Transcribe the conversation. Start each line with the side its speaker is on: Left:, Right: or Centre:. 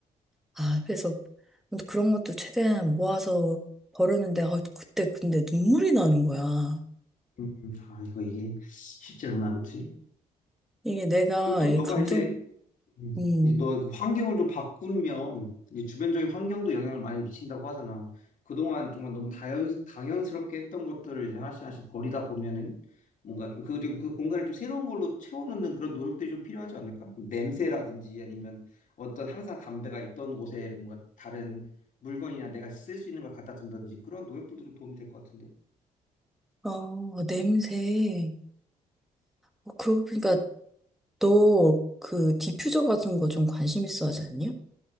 Centre: 아, 그래서 그런 것도 최대한 모아서 버렸는데, 아, 그때 근데 눈물이 나는 거야.
Left: 음, 아, 이거 이게 쉽지 않아, 그치?
Centre: 이게 내가
Left: 그리고 또
Centre: 이
Left: 너가
Centre: 감정,
Left: 이제 음.
Centre: 음,
Left: 이너그 환경을 좀 바꾸면 이제 주변적인 환경도 영향을 많이 미친다고 하잖아. 그동안 정말 너무 다연, 당연스럽게 했던 것들을 이제 하나씩 하나씩 버리다 보면은 뭔가 좀 그리고 그 공간을 좀 새로운 걸로 채워넣는 그런 노력들이 좀 필요하지 않을까? 냄새라든지 아니면 어떤 항상 담배가 있던 곳에 뭔가 다른 물건이나 내가 쓸 수 있는 걸 갖다 둔다든지 그런 노력들도 좀 도움이 될 것 같은데.
Centre: 아, 냄새. 어, 그러고 보니까 너 그 디퓨저 같은 거 좀 관심 있어 하지 않냐?